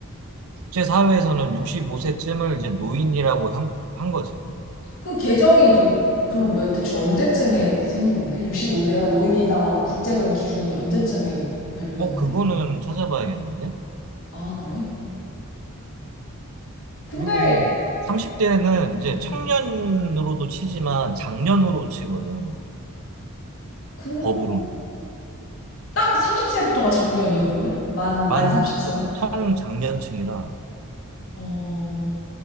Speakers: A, on the right; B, on the left.
A: 국제사회에서는 65세쯤을 이제 노인이라고 한, 한 거지.
B: 그 개정이 도- 그럼 몇- 대충 언제쯤에 생긴 건데? 65세가 노인이다라는 국제적인 기준이 언제쯤에 발표된
A: 어,
B: 건데?
A: 그거는 찾아봐야겠는데?
B: 아, 그래? 근데
A: 그리고 30대는 이제
B: 음,
A: 청년으로도 치지만 장년으로 치거든.
B: 근-
A: 법으로는.
B: 딱 30세부터가 작년이야, 그러면? 만,
A: 만
B: 만 30세가?
A: 30세부터 청장년층이라.
B: 어,